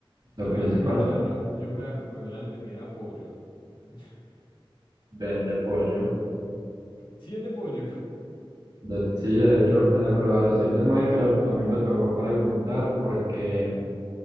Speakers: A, on the left; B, on the right.
A: Aparte
B: Lo principal,
A: algo muy <laughs> charro, yo juraba que McDonald's vendiera pollo. <laughs>
B: vende pollo.
A: Sí vende pollo.
B: De- sí, de hecho, en la colaboración de Minecraft, a mí me tocó preguntar porque